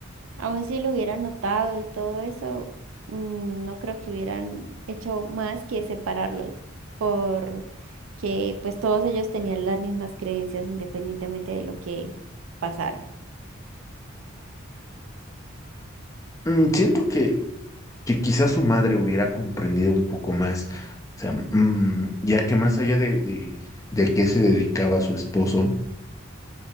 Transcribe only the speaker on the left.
Mm, siento que, que quizás su madre hubiera comprendido un poco más, o sea, mm, ya que más allá de, de, de qué se dedicaba su esposo,